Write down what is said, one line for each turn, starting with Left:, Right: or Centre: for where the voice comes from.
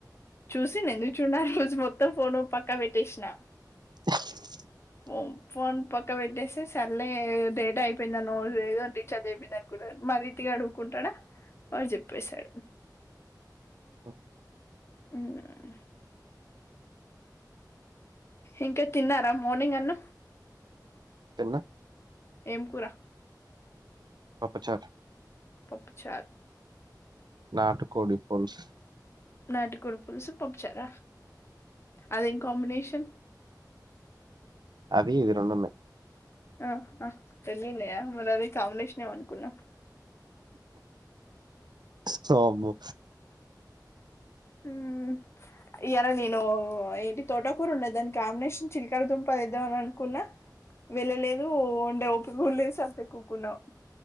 Left: చూసిన ఎందుకు చూడన ఆ రోజు మొత్తం ఫోను పక్కా పెట్టేషి నా
Right: <unintelligible>
Left: ఓం ఫోన్ పక్క పెట్టేసి సళ్లే డేట అయిపోయిం ఊ లేదండి చదివిపిదానికి కూడా మరీ టీ అడుగుకుంటాడా వాడు చెప్పేసాడు
Right: ఓ
Left: ఊమ్ ఇంకా తిన్నారా మార్నింగ్ అన్న
Right: తిన్న
Left: ఎం కురా
Right: పపుచారు
Left: పపుచార్
Right: నాటుకోడిపుల్స్
Left: నాటికోడు పులుసు పప్పుచార అదిం కాంబినేషన్
Right: అది ఇది రొండున్నాయి
Left: ఆ హ తెలినయ మరది కమినేషనేమో అనుకున్నా
Right: వామ్మో
Left: మ్ ఇయలా నేను ఏంటి తోటకూర ఉండే దాని కాంబినేషన్ చిలికర దుంపదేద్దాం అని అనుకున్నా వెళ్ళలేదు ఉండే ఓపికూడా లేదు సపె ఊకున్నా